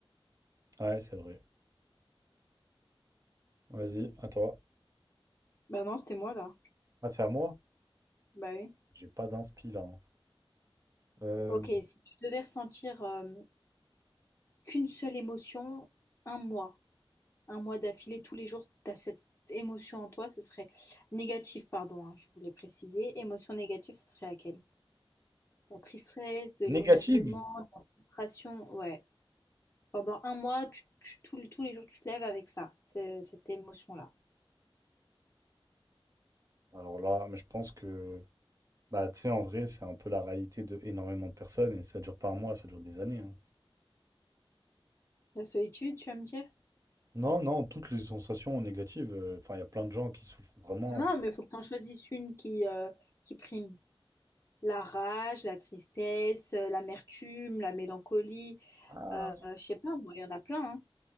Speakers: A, on the right (about 35°); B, on the left (about 25°).
A: Ouais, c'est vrai. Vas-y, à toi.
B: Bah non, c'était moi, là.
A: Ah, c'est à moi?
B: Bah oui.
A: J'ai pas d'inspi là. hein. Euh,
B: Ok, si tu devais ressentir euh, qu'une seule émotion, un mois, un mois d'affilée, tous les jours, tu as cette émotion en toi, ce serait négative, pardon, hein, je voulais préciser. Émotion négative, ce serait laquelle? La tristesse, de
A: négative?
B: l'énervement, de la frustration, ouais. Pendant un mois, tu- tu- tous les tous les jours, tu te lèves avec ça, c'est- cette émotion-là.
A: Alors là, mais je pense que, bah, tu sais, en vrai, c'est un peu la réalité de énormément de personnes et ça dure pas un mois, ça dure des années. hein.
B: La solitude, tu vas me dire?
A: Non, non, toutes les sensations négatives. euh, Enfin, il y a plein de gens qui souffrent vraiment.
B: Non,
A: et qui-
B: mais il faut que tu en choisisses une qui, euh, qui prime. La rage, la tristesse, euh, l'amertume, la mélancolie.
A: Ah.
B: Euh, je sais pas, moi, il y en a plein,